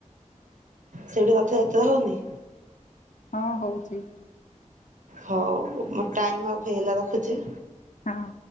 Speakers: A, on the right; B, on the left.
A: ସେଇଠୁ ରଥଯାତ୍ରା ହଉନି?
B: ହଁ ହଉଛି।
A: ହଉ ମୋ ଟାଇମ ଅଫ୍ ହେଇଗଲା ରଖୁଛି।
B: ହଁ।